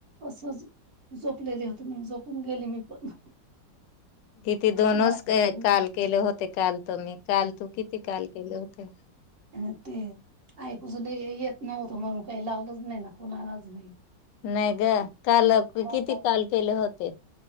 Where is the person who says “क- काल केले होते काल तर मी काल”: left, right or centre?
Left